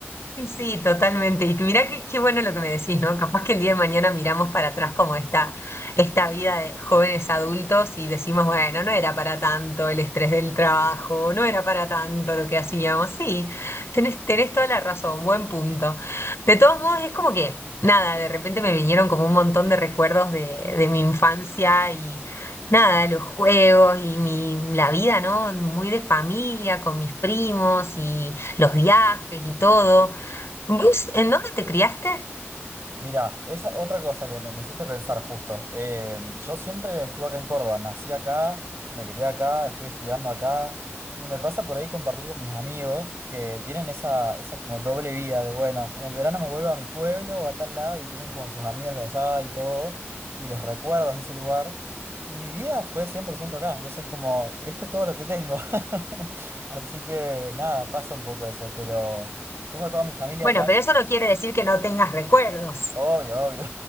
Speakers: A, on the left; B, on the right.
A: Sí, totalmente. Y mira qué, qué bueno lo que me decís, ¿no? Capaz que el día de mañana miramos para atrás como esta, esta vida de jóvenes adultos y decimos, bueno, no era para tanto el estrés del trabajo, no era para tanto lo que hacíamos. Sí, tenés, tenés toda la razón, buen punto. De todos modos, es como que, nada, de repente me vinieron como un montón de recuerdos de, de mi infancia y nada, los juegos y mi, la vida, ¿no? Muy de familia, con mis primos y los viajes y todo. ¿Vos en dónde te criaste?
B: Mira, esa otra cosa que me, me hiciste pensar justo. Eh, yo siempre estuve acá en Córdoba, nací acá, me crié acá, estoy estudiando acá y me pasa por ahí compartir con mis amigos que tienen esa, esa como doble vida de, bueno, en el verano me vuelvo a mi pueblo o a tal lado y tienen como sus amigos de allá y todo y los recuerdos de ese lugar. Y mi vida fue 100% acá, entonces como, esto es todo lo que tengo. <laughs> Así que nada, pasa un poco eso, pero tengo toda mi familia
A: Bueno,
B: acá.
A: pero eso no quiere decir que no tengas recuerdos.
B: Obvio, obvio.